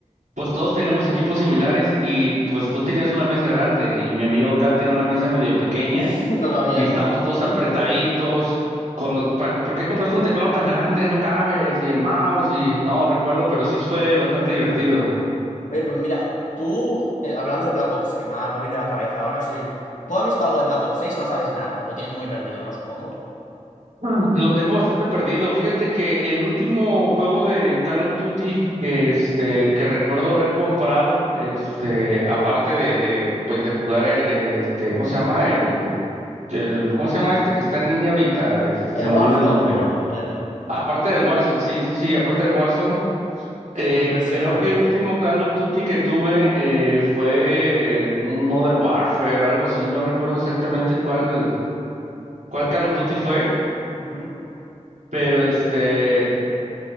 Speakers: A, on the right (about 85°); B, on the left (about 85°).
A: pues todos teníamos equipos similares y pues tú tenías una mesa grande y mi amigo acá tenía una mesa medio pequeña
B: <laughs> No cabían,
A: y estábamos
B: ¿no?
A: todos apretaditos
B: <laughs>
A: con los, pa- ¿por qué compraste un teclado tan grande? No cabes y el mouse y no recuerdo, pero sí fue bastante divertido.
B: Oye, pues mira, tú, eh, hablando de Black Ops, que me ha, me ha venido a la cabeza, ahora no sé si... ¿Tú has visto algo de Black Ops seis o no sabes nada? Lo tienes muy perdido, ¿no? Supongo.
A: <clears throat> Mm, Lo tengo bastante perdido. Fíjate que el último juego de Call of Duty que este que recuerdo haber comprado, este, aparte de, de pues de jugar el, el este, ¿cómo se llama? El, el, ¿cómo se llama este que está en línea ahorita? Este, se
B: El
A: me
B: Warzone,
A: olvida el nombre.
B: no, el...
A: Aparte del Warzone, sí, sí, sí, aparte del Warzone,
B: Sí,
A: eh,
B: yo sé
A: creo
B: cuál
A: que
B: dice.
A: el último Call of Duty que tuve eh, fue un Modern Warfare, algo así, no recuerdo exactamente
B: Mm,
A: cuál, cuál
B: sí.
A: Call of Duty fue.
B: Ujú.
A: Pero este,